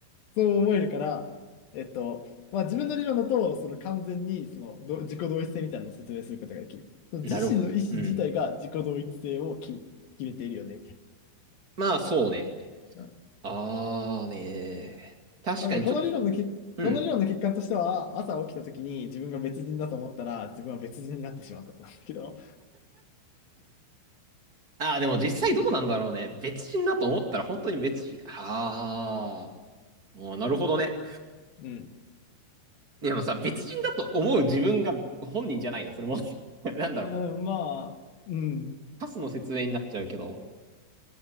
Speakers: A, on the left; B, on the right.
A: そう思えるから、えっと、まあ自分の理論だと、その完全にそのど自己同一性みたいなのを説明することができる。その自身の意思自体が自己同一性をき決めているよね、
B: う。なるほど。うん。
A: みたい
B: まあそうね。
A: な。うん
B: あーねー。確かにちょっと。
A: あの、この理論のけ、
B: うん。
A: この理論の欠陥としては、朝起きた時に自分が別人だと思ったら、自分は別人になってしまうことなんだけど、
B: あーでも実際どうなんだろうね。別人だと思ったら本当に別人。あー。おーなるほどね。
A: うん。
B: でもさ、別人だと思う自分が本人じゃないな、それも。<laughs> なんだろう。
A: うん、まあ、うん。
B: パスの説明になっちゃうけど。